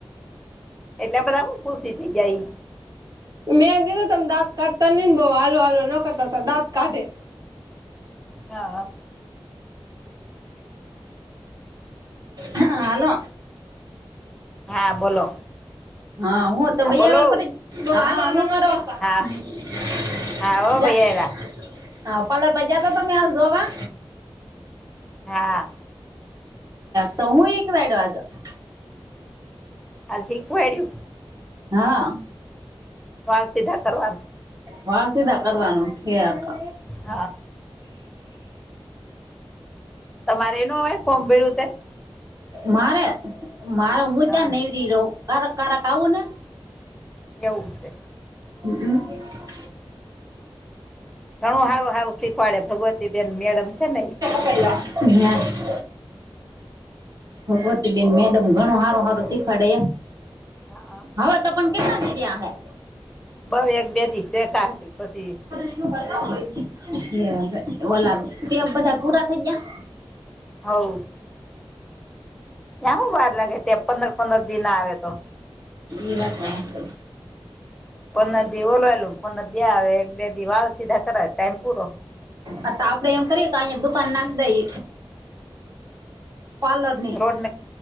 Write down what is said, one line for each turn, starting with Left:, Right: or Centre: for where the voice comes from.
Centre: એટલે બધા ખુશી થઇ જાય.
Right: મેં એમ કીધું તમે દાંતત કાઢતા ન બઉ હલુ વાલુ ન કરતા હતા દાંત કાઢે.
Centre: હા હા.
Right: હા હલો.
Centre: હા બોલો.
Right: હા હું તો
Centre: હા
Right: ભૈયા
Centre: બોલો
Right: <unintelligible>
Centre: હા હા હો ભાઈ આવ્યા
Right: હા પલર બજાતા તો મે હ જોવા.
Centre: હા.
Right: તો હું એક વાડ આતો.
Centre: આ સીટ એડું.
Right: હા.
Centre: વાળ સીધા કરવાનું
Right: વાડ સીધા કરવાનું છે આ તો.
Centre: હા તમારે એનું હવે ફોમ ભેરું તે.
Right: મારે મારે હું
Centre: હા
Right: ત્યાં નહ ર રહ કડક કડક આવું ને.
Centre: એવું છે.
Right: હમમ.
Centre: ઘણું સારું સારું શીખવાડે ભગવતીબેન મેડમ છે ને એ.
Right: હેલો હમ. ભગવતીબેન મેડમ ઘણું સારું સારું શીખવાડે
Centre: હા
Right: હવે. પણ કેટલા કી રહ્યા હૈ.
Centre: બઉ એક બે દિવ શેખ હતી પછી.
Right: છે ઓલ તે બધા પૂરા થઈ ગયા.
Centre: હવ. ત્યાંવું બાર લાગે ત્યા પંદર પંદર દિન આવે તો.
Right: એ વાત હાચી.
Centre: પર દિવ ઓલવા લ પંદર દ એક બે દી વાળ સીધા કર ટાઈમ પૂરો.
Right: આ તો આપડે એમ કરીયે કે અહીયા દુકાન નાખ દઈ. પારલરની.
Centre: રોડને